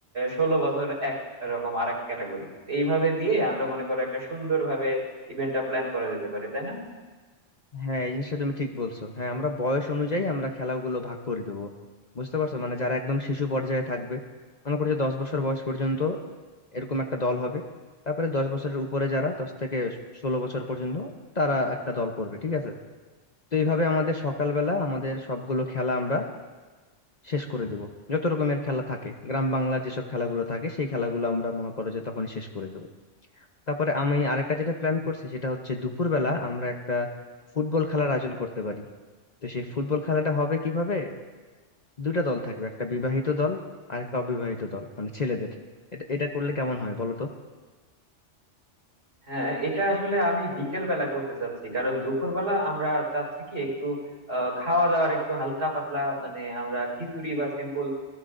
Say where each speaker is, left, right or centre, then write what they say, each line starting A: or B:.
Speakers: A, on the right; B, on the left.
A: ষোলো বছর এক এরকম আরেক ক্যাটাগরি এইভাবে দিয়ে আমরা মনে করো একটা সুন্দরভাবে ইভেন্টটা প্ল্যান করা যেতে পারে তাই না
B: হ্যাঁ এই জিনিসটা তুমি ঠিক বলছো হ্যাঁ আমরা বয়স অনুযায়ী আমরা খেলাগুলো ভাগ করে দেবো বুঝতে পারছো মানে যারা একদম শিশু পর্যায়ে থাকবে মনে করছে দশ বছর বয়স পর্যন্ত এরকম একটা দল হবে তারপরে দশ বছরের উপরে যারা দশ থেকে ষোলো বছর পর্যন্ত তারা একটা দল করবে ঠিক আছে তো এইভাবে আমাদের সকালবেলা আমাদের সবগুলো খেলা আমরা শেষ করে দেব যত রকমের খেলা থাকে গ্রাম বাংলা যেসব খেলাগুলো থাকে সেই খেলাগুলো আমরা মনে করো যে তখনই শেষ করে দেব তারপরে আমি আরেকটা যেটা প্ল্যান করছি সেটা হচ্ছে দুপুরবেলা আমরা একটা ফুটবল খেলার আয়োজন করতে পারি তো সেই ফুটবল খেলাটা হবে কিভাবে দুইটা দল থাকবে একটা বিবাহিত দল আর একটা অবিবাহিত দল মানে ছেলেদের এটা এটা করলে কেমন হয় বলো তো
A: হ্যাঁ এটা আসলে আমি বিকেল বেলা করতে চাচ্ছি কারণ দুপুরবেলা আমরা চাচ্ছি কি একটু আহ, খাওয়া দাওয়ার একটু হালকা পাতলা মানে আমরা খিচুড়ি বা সিম্পল